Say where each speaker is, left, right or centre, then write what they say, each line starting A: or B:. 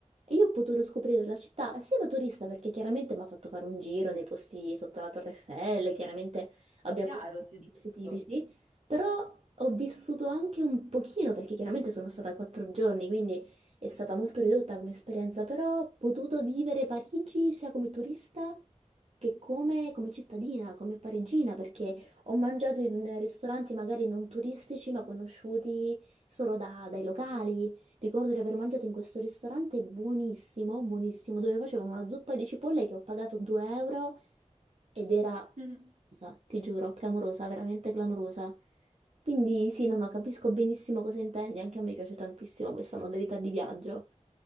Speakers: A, on the right; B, on the right.
A: E io ho potuto scoprire la città sia da turista, perché chiaramente mi ha fatto fare un giro nei posti sotto la Torre Eiffel, chiaramente abbiamo
B: Ma chiaro,
A: anche dei
B: sì, giusto.
A: posti tipici, però ho vissuto anche un pochino, perché chiaramente sono stata quattro giorni, quindi è stata molto ridotta come esperienza, però ho potuto vivere Parigi sia come turista che come, come cittadina, come parigina, perché ho mangiato in ristoranti magari non turistici, ma conosciuti solo da- dai locali. Ricordo di aver mangiato in questo ristorante buonissimo, buonissimo, dove facevano una zuppa di cipolle che ho pagato 2 euro ed era,
B: <laughs>
A: clamorosa, ti giuro, clamorosa, veramente clamorosa. Quindi sì, no, no, capisco benissimo cosa intendi, anche a me piace tantissimo questa modalità di viaggio,